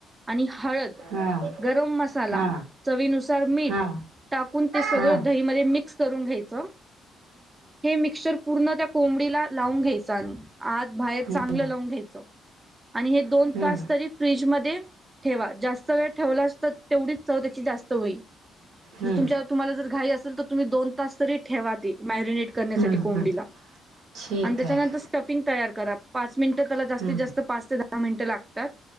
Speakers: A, on the right; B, on the right.
A: आणि हळद.
B: हा
A: गरम मसाला
B: हा
A: चवीनुस मीठ
B: हा हा
A: टाकून ते सगळं
B: हा
A: दही मध्ये मिक्स करून घ्यायचं. हे मिक्चर पूर्ण त्या कोंबडीला लावून घ्यायचं आणि. आत बाहेर चांगलं
B: हम्म
A: लावून घ्यायचं. आणि हे दोन
B: हम्म
A: तास तरी फ्रीजमध्ये ठेवा जास्त वेळ ठेवला असतं तर तेवढीच चव त्याची जास्त होईल.
B: हम्म
A: जर तुमच्या तुम्हाला जर घाई असेल तर तुम्ही दोन तास तरी ठेवा. ते मॅरिनेट करण्यासाठी
B: हम्म
A: कोंबडीला.
B: हम्म ठीक
A: आणि त्याच्यानंतर
B: आहे
A: स्टफिंग तयार करा पाच मिनिटं त्याला जास्तीत
B: हम्म
A: जास्त पाच ते दहा मिनिटं लागतात.